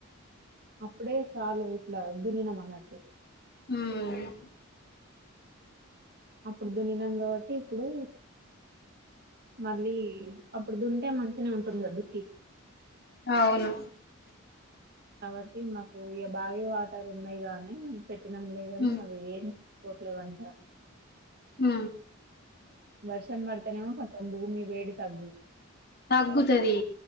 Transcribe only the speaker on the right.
అప్పుడే సాలు ఇట్లా దునీనం అనట్టు
అప్పుడు దునినాం కాబట్టి ఇప్పుడు మళ్ళీ అప్పుడు దూంతే మంచినే ఉంటుంది కదా దుక్కి
కాబట్టి మాకు ఇక బావి వాటర్ ఉన్నాయి గానీ పెట్టినం లేగానీ
అవి ఏం కొట్లేదంట
వర్షన్ పడతానేమో కత భూమి వేడి తగ్గు